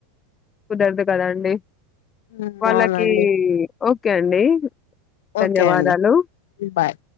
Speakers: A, on the left; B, on the left.
A: కుదరదు కదాండి
B: ఉమ్,
A: వాల్లకి
B: అవునండి
A: కే అండి ధన్యవాదాలు
B: ఓకే అండి బాయ్